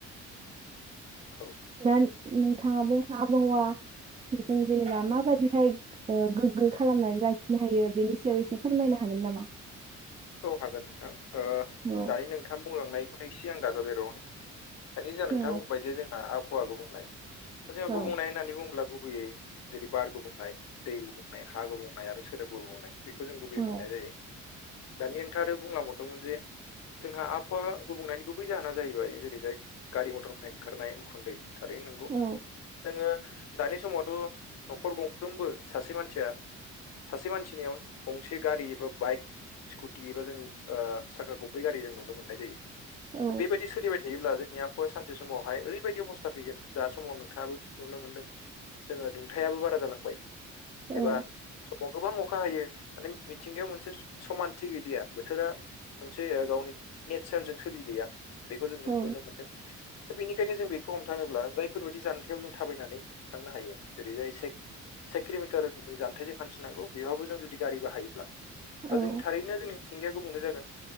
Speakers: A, on the left; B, on the right.
A: औ
B: दा नोंथाङाबो आबहावा जों जेनेबा माबायदिहाय गोग्गो खालामनानै लाखिनो हायो बेनि सायाव एसे फोरमायनो हागोन नामा
A: औ हागोन नोंथां ओ
B: औ
A: दानि नोंथां बुंलांनायखौनो एसे आं दाजाबदेरबावनि दानि जा
B: औ
A: नोंथाङा बुंबाय जे जोंहा आबहावा गुबुंनाय जोंहा
B: औ
A: गुबुंनाय होननानै बुङोब्ला गुबैयै जेरै बार गुबुंनाय दै गुबुंनाय हा गुबुंनाय आरो सोदोब गुबुंनाय बेखौ जों गुबैयै
B: औ
A: मोननाय जायो दानि नोंथांआ आरो बुंलाबावदोंमोन जे जोंहा आबहावा गुबुंनायनि गुबै जाहोना जाहैबाय जेरैजाय गारि मटरनिफ्राय ओंखारनाय उखुन्दै थारैनो नंगौ
B: औ
A: जोङो दानि समावथ' न'खर गंफ्रोमबो सासे मानसिया सासे मानसिनियाव गंसे गारि एबा बाइक स्कुटि एबा जों ओ साखा खब्रै गारि जों नुनो मोननाय जायो।
B: औ
A: बेबायदि सोलिबाय थायोब्ला जोंनिया बो सानसे समावहाय ओरैबायदि अबस्था फैगोन दा समाव नोंथाङाबो नुनो मोन्दों। जोंङो दुंथायाबो बारा जालांबाय।
B: औ
A: एबा समाव गोबां अखा हायो माने मिथिंगायाव मोनसे समानथि गैदिया बोथोरा मोनसे गावनि नेचारजों सोलिलिया। बेखौ जोंङो
B: औ
A: नुनो मोनदों। दा बेनिखायनो जों बेखौ हमथानोब्ला जायफोरबायदि जानथायाव जों थाबायनानै थांनो हायो जेरै जाय से किल'मिटारनि जान्थायजों फानथिनांगौ बेवहाबबो जों जुदि गारि बाहायोब्ला
B: औ
A: अब्ला जों थारैनो जोंनि मिथिंगाया गुबुंनो जागोन